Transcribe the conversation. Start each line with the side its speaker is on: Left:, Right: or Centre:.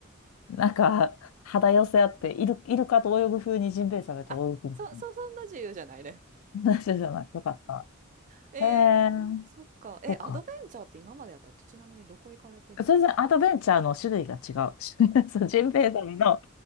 Left: なんか、肌寄せ合って、イル、イルカと泳ぐ風にジンベエザメと泳ぐみたい
Right: あ、そそそんな自由じゃないね。
Left: な話 <laughs> じゃない。よかった。
Right: えー、
Left: へえ、
Right: そっか。え、
Left: そうか。
Right: アドベンチャーって今までやったら、ちなみにどこ行かれてるんです
Left: 全然アドベンチャーの種類が違う。<laughs> そう、ジンベエザメの